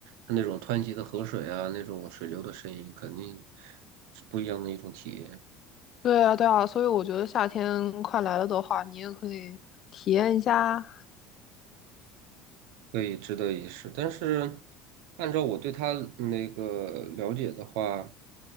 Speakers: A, on the right (about 80°); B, on the left (about 45°).
A: 它那种湍急的河水啊，那种水流的声音，肯定是不一样的一种体验，
B: 对啊，对啊，所以我觉得夏天快来了的话，你也可以体验一下。
A: 所以值得一试。但是，按照我对它那个了解的话，